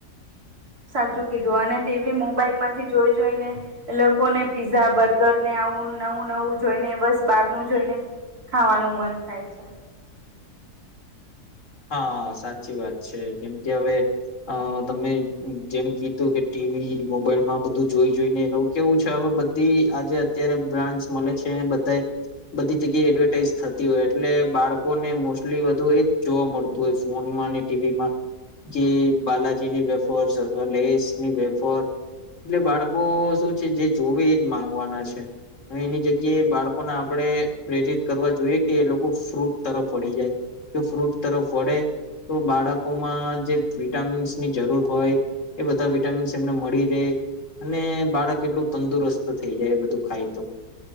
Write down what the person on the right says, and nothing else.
સાચું કીધું અને ટીવી મોબાઈલમાંથી જોઈ જોઈને એલોકોને પીઝા, બર્ગર ને આવું નવું નવું જોઈને બસ બારનું જોઈને ખાવાનું મન થાય છે.